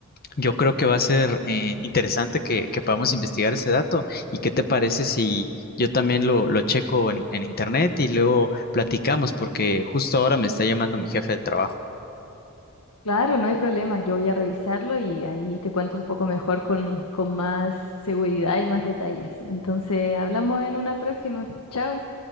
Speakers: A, on the left (about 45°); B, on the left (about 85°).
A: Yo creo que va a ser eh, interesante que, que podamos investigar ese dato. ¿Y qué te parece si yo también lo, lo checo en, en internet y luego platicamos? Porque justo ahora me está llamando mi jefe del trabajo.
B: Claro, no hay problema, yo voy a revisarlo y ahí te cuento un poco mejor con, con más seguridad y más detalles. Entonces, hablamos en una próxima. Chao.